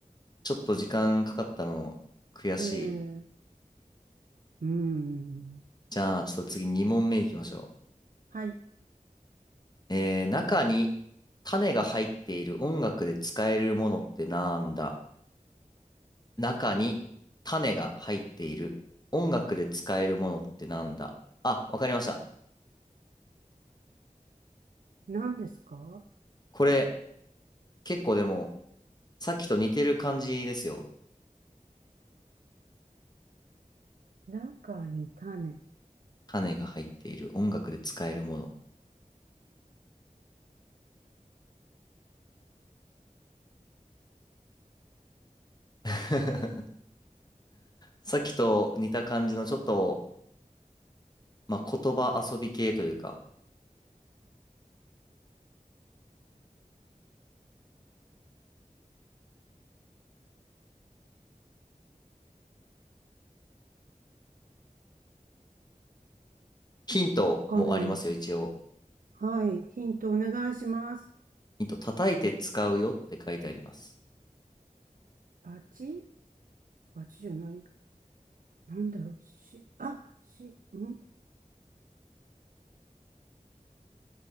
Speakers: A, on the left; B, on the right.
A: ちょっと時間かかったの、悔しい。
B: ええ。うーん。
A: じゃあ、ちょっと次2問目いきましょ
B: はい。
A: う。えー、中に種が入っている音楽で使えるものってなんだ中に種が入っている音楽で使えるものってなんだあ、わかりました。
B: 何ですか
A: これ、結構でも、さっきと似てる感じですよ。
B: 中に種。
A: 種が入っている音楽で使えるもの。<laughs> さっきと似た感じのちょっと、まあ、言葉遊び系というか、ヒントもありますよ、
B: かな。
A: 一応。
B: はい。ヒントお願いします。
A: ヒント、叩いて使うよって書いてあります。
B: バチバチじゃない。なんだろう、し、あ、し、ん違う。